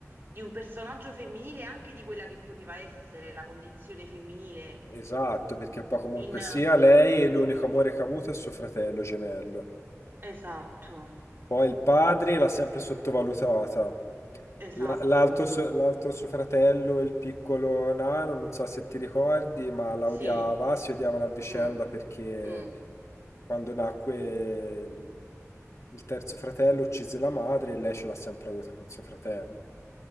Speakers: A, on the right; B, on the left.
A: di un personaggio femminile e anche di quella che poteva essere la condizione femminile
B: Esatto, perché poi comunque
A: in...
B: sia lei l'unico amore che ha avuto è suo fratello gemello.
A: Esatto,
B: Poi il padre l'ha sempre sottovalutata.
A: esatto,
B: La- L'altro suo, l'altro suo fratello, il piccolo nano, non so se ti ricordi, ma la
A: sì.
B: odiava, si odiavano a vicenda
A: Mm,
B: perché
A: mm.
B: quando nacque il, il terzo fratello uccise la madre e lei ce l'ha sempre avuta con suo fratello.